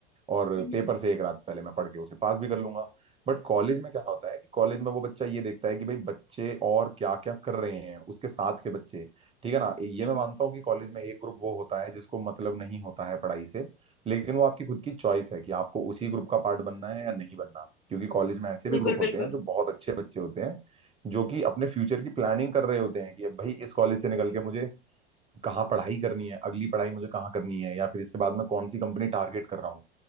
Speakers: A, on the right; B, on the left.
A: और
B: हम्म
A: पेपर से एक रात पहले मैं पढ़ के उसे पास भी कर लूंगा बट कॉलेज में क्या होता है कि कॉलेज में वो बच्चा ये देखता है कि भाई बच्चे और क्या क्या कर रहे हैं उसके साथ के बच्चे ठीक है ना ये
B: हम्म,
A: मैं मानता हूँ कि कॉलेज में एक ग्रुप वो होता है जिसको मतलब नहीं होता है पढ़ाई से लेकिन वो आपकी खुद की चॉइस है कि आपको उसी ग्रुप का पार्ट बनना है या नहीं बनना क्योंकि कॉलेज में ऐसे भी
B: बिल्कुल
A: ग्रुप
B: बिल्कुल
A: होते हैं
B: बिल्कुल
A: जो बहुत अच्छे बच्चे होते हैं जो कि अपने फ्यूचर की प्लानिंग कर रहे होते हैं कि भाई इस कॉलेज से निकल के मुझे कहाँ पढ़ाई करनी है अगली पढ़ाई मुझे कहाँ करनी है या फिर इसके बाद मैं कौन सी कंपनी टारगेट कर रहा हूँ